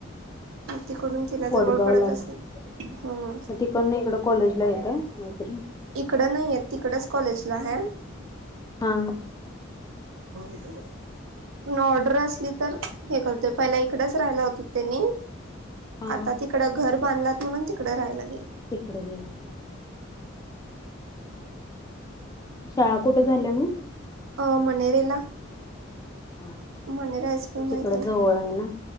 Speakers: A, on the right (about 80°); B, on the left (about 15°).
A: तिकडून तिला जवळ
B: वडगाव
A: पडत
B: ला
A: असेल
B: मग
A: हम्म
B: त पण नाही इकडं कॉलेज ला येत मैत्री
A: इकडं नाहीय तिकडच कॉलेजला हाय
B: हा
A: प ऑर्डर असली तर हे करत पहिला इकडच राहिला होते त्यांनी
B: हा
A: आता तिकडं घर बांधल्यात म्हणून तिकडं राहिल्यात
B: तिकुड घेन हा शाळा कुठे झाल्या मग
A: अ मनेरेला
B: हा
A: मांढरा हायस्कूल
B: ते
A: माहिती
B: तिकड
A: आहे
B: जवळ
A: ना
B: ना